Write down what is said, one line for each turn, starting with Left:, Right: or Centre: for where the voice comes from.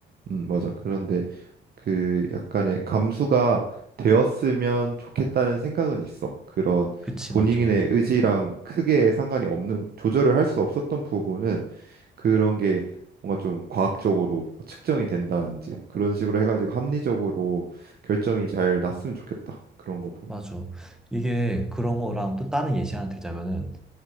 Right: 음, 맞아. 그런데 그 약간의 감수가 되었으면 좋겠다는 생각은 있어. 그런
Centre: 그치,
Right: 본인의
Centre: 맞아.
Right: 의지랑 크게 상관이 없는 조절을 할 수 없었던 부분은 그런 게 뭔가 좀 과학적으로 측정이 된다든지 그런 식으로 해가지고 합리적으로 결정이 잘 났으면 좋겠다. 그런 거 보면.
Centre: 맞아. 이게 그런 거랑 또 다른 예시 하나 들자면은